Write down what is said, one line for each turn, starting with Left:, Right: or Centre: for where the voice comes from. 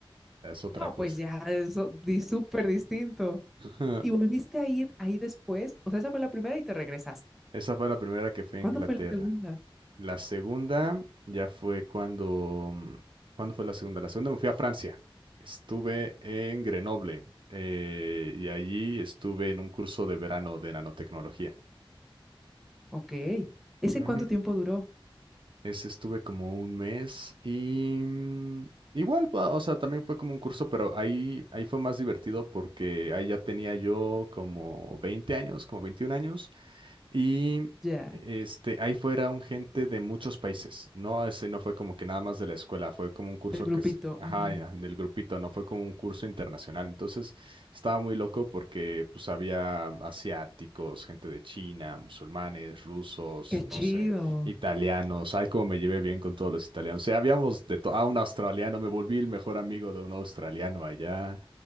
Right: es otra
Centre: No,
Right: cosa.
Centre: pues ya, eso di súper distinto.
Right: <laughs>
Centre: ¿Y volviste a ir ahí después? O sea, esa fue la primera y te regresaste.
Right: Esa fue la primera que fue
Centre: ¿Cuándo
Right: a Inglaterra.
Centre: fue la segunda?
Right: La segunda ya fue cuando... mm, ¿Cuándo fue la segunda? La segunda me fui a Francia. Estuve en Grenoble eh, y allí estuve en un curso de verano de nanotecnología.
Centre: Ok. ¿Ese
Right: Ujú.
Centre: cuánto tiempo duró?
Right: Ese estuve como un mes y mm, igual, pa- o sea, también fue como un curso, pero ahí, ahí fue más divertido porque ahí ya tenía yo como 20 años, como 21 años. Y
Centre: Ya,
Right: este, ahí fueron gente de muchos países. No, ese no fue como que nada más de la escuela, fue como un curso
Centre: el grupito.
Right: que es, ajá,
Centre: ujú.
Right: ya, del grupito, no fue como un curso internacional. Entonces estaba muy loco porque pues había asiáticos, gente de China, musulmanes, rusos,
Centre: Qué chido.
Right: no sé, italianos. Ay, cómo me llevé bien con todos los italianos. O sea, habíamos de todo. Ah, un australiano, me volví el mejor amigo de un australiano allá.